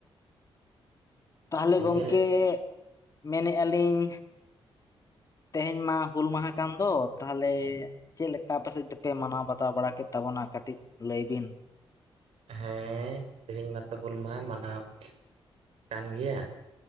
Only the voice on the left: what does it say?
ᱛᱟᱦᱚᱞᱮ
ᱜᱚᱝᱠᱮ ᱢᱮᱱᱮᱫᱼᱟ ᱞᱤᱧ ᱛᱮᱦᱮᱧ ᱢᱟ ᱦᱩᱞ ᱢᱟᱦᱟ ᱠᱟᱱ ᱫᱚ ᱛᱟᱦᱚᱞᱮ, ᱪᱮᱫ ᱞᱮᱠᱟ ᱟᱯᱮᱥᱮᱫ ᱛᱮᱯᱮ ᱢᱟᱱᱟᱣ ᱵᱟᱛᱟᱣ ᱵᱟᱲᱟ ᱠᱮᱫ ᱛᱟᱵᱚᱱᱟ ᱠᱟᱹᱴᱤᱡ ᱞᱟᱹᱭ ᱵᱤᱱ?